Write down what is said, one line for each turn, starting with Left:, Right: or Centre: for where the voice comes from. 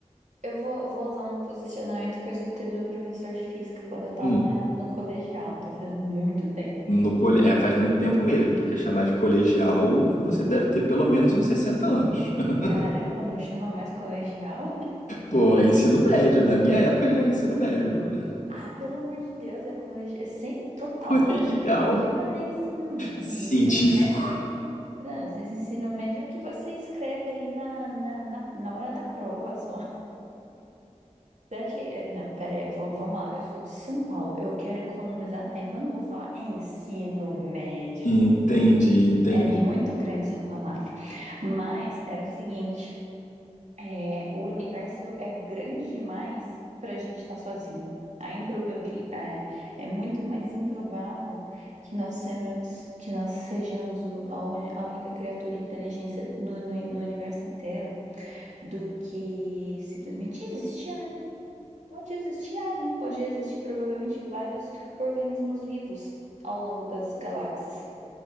Right: eu vou, vou usar um posicionamento que eu escutei do meu professor de física quando eu tava
Left: Hum.
Right: na- no colegial, então faz muito tempo.
Left: No cole... É, faz muito tempo mesmo, porque chamar de colegial você deve ter pelo menos uns 60 anos. <laughs>
Right: Caramba, não chama mais colegial?
Left: Pô, é ensino médio, da minha época já era ensino médio, Bruna.
Right: Ah, pelo amor de Deus, é colegial, é sempre total
Left: <laughs> Colegial
Right: colegial aqui, mas nem ensino médio.
Left: científico.
Right: Ensino médio, é- não, ensino médio é o que você escreve ali na, na, na na hora da prova só. Daqui, eh, não, pera aí, vo- vamos lá. Eu sou de São Paulo, eu quero economizar tempo. Eu não vou falar ensino médio.
Left: Entende, entende.
Right: É muito grande essa palavra. Mas era o seguinte, é, o universo é grande demais para a gente estar sozinho. A improbabil, é, é muito mais improvável que nós, semos, que nós sejamos o- a, uni- a única criatura inteligente no, no no universo inteiro do que simplesmente existir Pode existir alien, pode existir provavelmente vários organismos vivos ao longo das galáxias.